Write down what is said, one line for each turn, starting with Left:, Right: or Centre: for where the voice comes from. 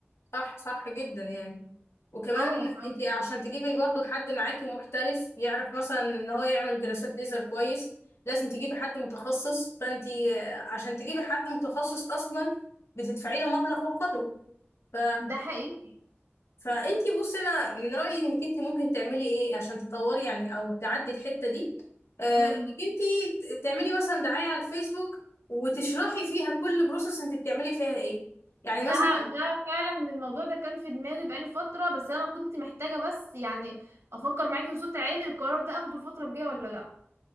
Left: صح صح جدا يعني وكمان
Right: اه ف...
Left: انت عشان تجيبي برضو حد معاكي محترف يعرف مثلا ان هو يعمل جلسات ليزر كويس لازم تجيبي حد متخصص فانت عشان تجيبي حد متخصص اصلا بتدفعي له مبلغ وقدره ف...
Right: ده حقيقي
Left: فانت بصي انا من رأيي انك انت ممكن تعملي ايه عشان تطوري يعني او تعدي الحتة دي آه،
Right: مم.
Left: انك انت تعملي مثلا دعاية على الفيسبوك وتشرحي فيها كل بروسس انت بتعملي فيها ايه يعني
Right: ده
Left: مثلا
Right: ده فعلا الموضوع ده كان في دماغي بقالي فترة بس أنا كنت محتاجة بس يعني أفكر معاكي بصوت عالي القرار ده أخده الفترة الجاية ولا لأ